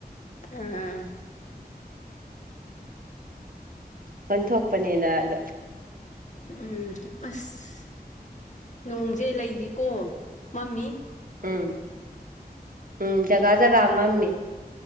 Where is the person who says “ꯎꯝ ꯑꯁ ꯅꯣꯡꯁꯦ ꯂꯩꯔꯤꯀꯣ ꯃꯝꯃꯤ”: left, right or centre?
Left